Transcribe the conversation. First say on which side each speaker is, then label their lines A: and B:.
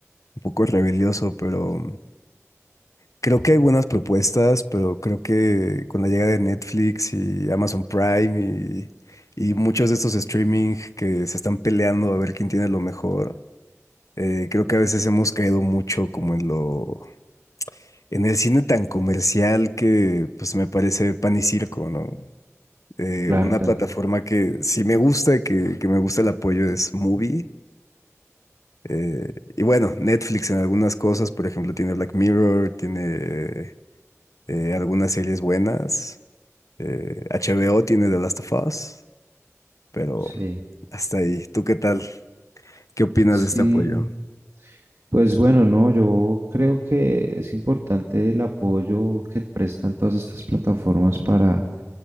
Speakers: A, on the left (about 85°); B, on the right (about 60°).
A: un poco rebelioso, pero creo que hay buenas propuestas, pero creo que con la llegada de Netflix y Amazon Prime y, y muchos de estos streaming que se están peleando a ver quién tiene lo mejor. Eh, creo que a veces hemos caído mucho como en lo, en el cine tan comercial que pues me parece pan y circo, ¿no? Eh,
B: Claro,
A: una
B: te
A: plataforma
B: entiendo.
A: que sí me gusta, que, que me gusta el apoyo es Movie. Eh, y bueno, Netflix en algunas cosas, por ejemplo, tiene Black Mirror, tiene eh, algunas series buenas. Eh, HBO tiene The Last of Us, pero
B: Sí,
A: hasta ahí. ¿Tú qué tal? ¿Qué opinas
B: sí,
A: de este apoyo?
B: Pues bueno, no, yo creo que es importante el apoyo que prestan todas estas plataformas para,